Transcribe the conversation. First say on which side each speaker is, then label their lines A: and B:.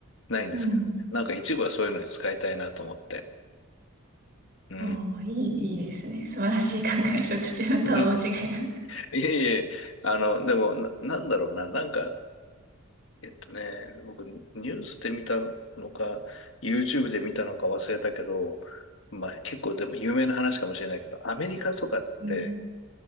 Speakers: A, on the left; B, on the right.
A: ないんですけどね。
B: うん。
A: なんか一部はそういうのに使いたいなと思って。うん。
B: ああ、いい、いいですね。素晴らしい考え。ちょっと自分とは大違いだ。
A: <laughs> うんいえいえ、あの、でもな、なんだろうな、なんか、えっとね、僕、ニュースで見たのか、YouTube で見たのか忘れたけど、まあ結構でも有名な話かもしれないけど、アメリカとかって、
B: うん。